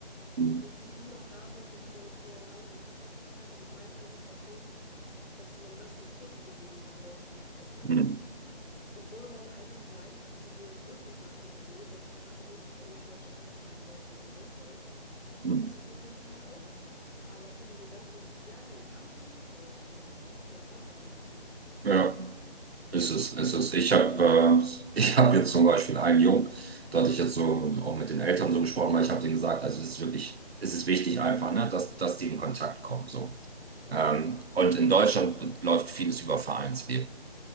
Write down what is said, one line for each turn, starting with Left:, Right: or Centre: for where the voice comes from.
Right: Hm,
Left: Und die, die noch da sind, die hat man jetzt eher in andere Klassen verteilt. Und mein Eindruck war schon, dass ihnen das einen Push gegeben hat, Deutsch zu sprechen.
Right: hm,
Left: Obwohl man eigentlich meint, diese Brückenklassen-Idee, dass sie ihre eigene ukrainisch-deutsche Klasse haben, wäre ja super sinnvoll.
Right: hm.
Left: Ist es mit Sicherheit auch. Aber für diesen ganzen sozialen Anspruch, Deutsch zu lernen, war das eher kontraproduktiv.
Right: Ja, ist es, ist es. Ich habe äh, <laughs> ich hab jetzt zum Beispiel einen Jungen, da hatte ich jetzt so auch mit den Eltern so gesprochen, weil ich habe denen gesagt, also es ist wirklich, es ist wichtig einfach, ne, dass, dass die in Kontakt kommen. So.
Left: Ja.
Right: Ähm, und in Deutschland läuft vieles über Vereinsleben.